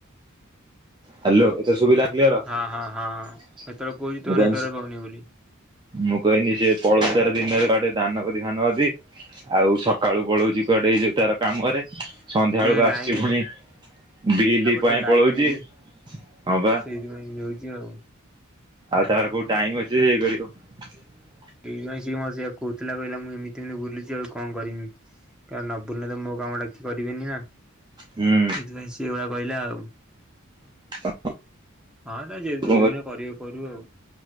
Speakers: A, on the right; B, in the centre.
A: ହାଲୋ। ଶୁଭିଲା କ୍ଲିୟର <inaudible>
B: ହଁ ହଁ ହଁ ସେତେବେଳେ କହୁଛି ତୋ
A: ମୁଁ କ
B: ନେଟୱାର୍କ ପାଉନି ବୋଲି।
A: ମୁଁ କଇନି ଯେ ପଳ ତାର ଦିନ <inaudible> ଦାନ କରି ଧାନ ଅଛି ଆଉ ସକାଳୁ ପଳଉଛି କୁଆଡେ ଯୋଉ ତାର କାମ ରେ। ସନ୍ଧ୍ୟାବେଳକୁ
B: ସିଏ
A: ଆସୁଛି
B: ଲାଇନ
A: ପୁଣି ବିଲି
B: ତାପରେ
A: ପାଇଁ
B: ସେ ଲାଇନ
A: ପଳଉଛି।
B: ବି
A: ହଁ ବା ଆଉ
B: ସେଇଥିପାଇଁ ହଉଛି ଆଉ।
A: ତାର କଉଟା? ନାଇଁ <unintelligible>
B: ଏ କାଇଁ ସେ ମୋତେ କହୁଥିଲା କହିଲା ମୁଁ ଏମିତି ଏମିତି ବୁଲୁଛି ଆଉ କଣ କରିବି କାରଣ ନ ବୁଲିଲେ ତ ମୋ କାମଟା କିଏ କରିବେନି ନା।
A: ହୁଁ
B: ଏଥିପାଇଁ ସେଇ ଭଲିଆ କହିଲା ଆଉ।
A: <inaudible>
B: ହଁ ତ ଯେ
A: <unintelligible>
B: ଯୋଉ ଦିନ କରିବ କରୁ ଆଉ